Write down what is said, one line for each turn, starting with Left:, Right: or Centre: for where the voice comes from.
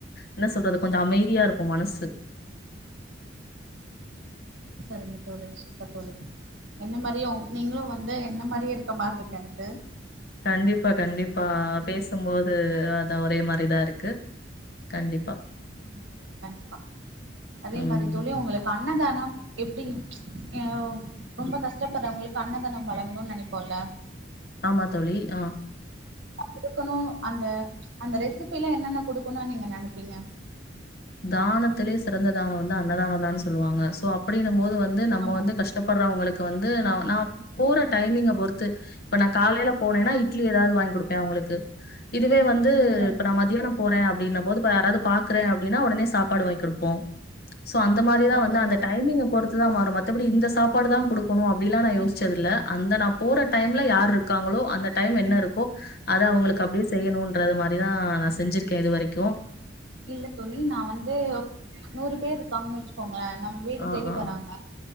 Left: என்ன சொல்றது கொஞ்சம் அமைதியா இருக் கு மனசு
Right: சரிங்த தோழி சூப்பர் தோழி என்ன மாரியும் நீங்களும் வந்து என்ன மாரியே இருக்க மாரி இருக்கு எனக்கு
Left: கண்டிப்பா கண்டிப்பா பேசும்போது அது அ ஒரே மாரிதான் இருக்கு கண்டிப்பா
Right: ஆமா தோழி கண்டிப்பா அதே
Left: ம்
Right: மாரி தோழி உங்களை காண் அன்னதானம் எப்படி ஹேவு ரொம்ப கஷ்டப்படுறவங்களுக்கு அன்னதானம் வழங்கணும்னு நினைப்போம்ல
Left: ஆமா தோழி ஆ
Right: கொடுக்கணும் அந்த அந்த ரெசிபிலாம் என்னென்ன கொடுக்கணும் நீங்க நெனைப்பீங்க
Left: தானத்திலேயே சிறந்த தானம் வந்து அன்னதானம் தான்னு சொல்லுவாங்க சோ அப்படியே ன்னும்போது வந்து நம்ம
Right: ஆமா
Left: வந்து கஷ்டப்படுறவங்களுக்கு வந்து நா நா போற டைமிங் பொறுத்து இப்ப நான் காலையில போனேன்னா இட்லி ஏதாவது வாங்கி கொடுப்பேன் அவங்களுக்கு இதுவே வந்து
Right: சரிங்க
Left: இப்ப நான்
Right: தோழி
Left: மத்தியானம் போறேன் அப்டின்னும் போது யாராவது பாக் ரன் அப்டின்னா உடனே சாப்பாடு வாங்க கொடுப்போம் ஷோ அந்த மாரிதான்
Right: சரிங்க
Left: வந்து அந்த
Right: தோழி
Left: டைமிங்க பொறுத் துதான் மாறும் மத்தபடி இந்த சாப்பாடு தான் கொடுக்கணும் அப்படில்லான் நா யோஸ்ச்சதில்ல அந்த நான் போற டைம்ல யார்ருக்கு காங்களோ அந்த டைம் என்ன இருக்கோ அத அவங்களுக்கு அப்படியே செய்யணும்ன்றது மாதிரிதான் நான் செஞ்சிருக்கேன் இது வரைக்கும்
Right: இல்ல தோழி நான் வந்து நூறு பேர் இருக்காங்கன்னு வச்சுக்கோங்களேன் நம்ம வீடு
Left: ஆ,
Right: தேடி
Left: ஆ.
Right: வறராங்க